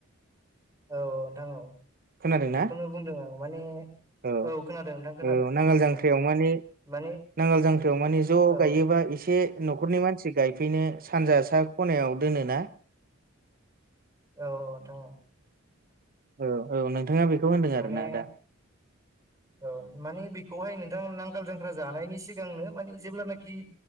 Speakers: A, on the right; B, on the right.
A: औ नोंथां औ
B: खोनादोंना
A: बेखौनो बुंदों आं माने
B: औ
A: खोनादों नोंथां खोनादों
B: औ नांगाल जांख्रियाव माने
A: माने
B: नांगाल जांख्रियाव माने ज'
A: औ
B: गायोबा एसे न'खरनि मानसि गायफैनो सानजा सा खनायाव दोनोना
A: औ औ नोंथां औ
B: औ औ नोंथाङा बेखौ होनदों
A: माने
B: आरोना आदा
A: औ मानिे बेखौहाय नोंथां नांगाल जांग्रा जानायनि सिगांनो माने जेब्लानाखि